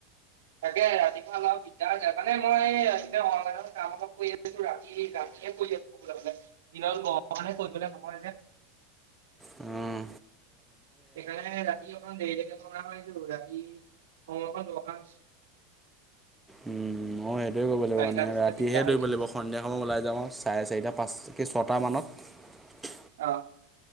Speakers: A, on the right; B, in the centre.
A: তাকে ৰাতিপুৱা অলপ দিগদাৰ যায় মানে মই এ সমৰ কাম অলপ কৰি আহছো ৰাতি ৰাতিয়ে- কৰী আছো কবলে গলে, দিনত গৰমৰ কাৰনে কৰিবলে নহয় যে।
B: উম।
A: সেইকাৰণে ৰাতি অখন দেৰিলৈকে থকা হয়তো ৰা <unintelligible>
B: উম অ সেইটোয়ে কৰিব লাগিব
A: চাৰিটা
B: মানে
A: নিচিনা
B: ৰাতিহে
A: দিগদাৰ হৈ
B: দৰিব
A: যায়
B: লাগিব সন্ধিয়া সমত ওলাই যা চাৰে চাৰিটা পাঁচকৈ ছটামানত।
A: অ।